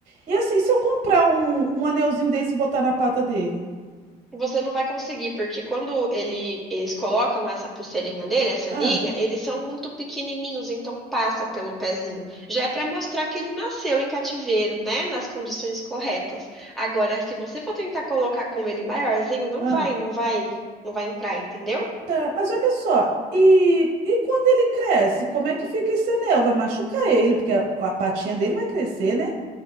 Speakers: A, on the right; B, in the centre.
A: E assim, se eu comprar um, um anelzinho desse e botar na pata dele?
B: Você não vai conseguir, porque quando ele- eles colocam essa pulseirinha nele, essa
A: Ah,
B: anilha, eles são muito pequenininhos, então passa pelo pezinho. Já é para mostrar que ele nasceu em cativeiro, né? Nas condições corretas. Agora, se você for tentar colocar com ele maiorzinho, não
A: ah,
B: vai, não vai, não vai entrar, entendeu?
A: tá. Mas olha só, e, e quando ele cresce, como é que fica esse anel? Vai machucar ele, porque a, a patinha dele vai crescer, né?